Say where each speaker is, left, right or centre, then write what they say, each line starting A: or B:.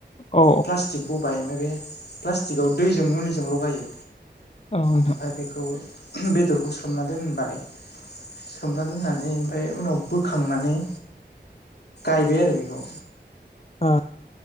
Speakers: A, on the left; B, on the left.
A: औ
B: प्लास्टिक बबाय ओमफ्राय बे प्लास्टिकआव दैजों मुलिजों लगायो।
A: औ नोंथां
B: ओमफफ्राय बेखौ बेदरखौ सोमना दोनबाय सोमना दोननानै ओमफफ्राय उनाव बोखांनानै गायबाय आरो बेखौ
A: आ